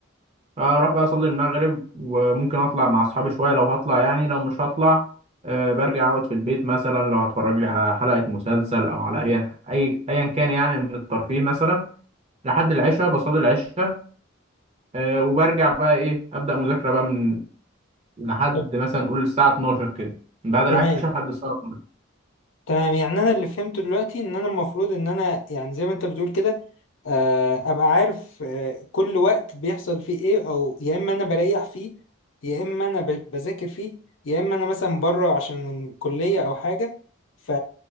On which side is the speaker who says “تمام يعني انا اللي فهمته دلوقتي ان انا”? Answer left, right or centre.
Left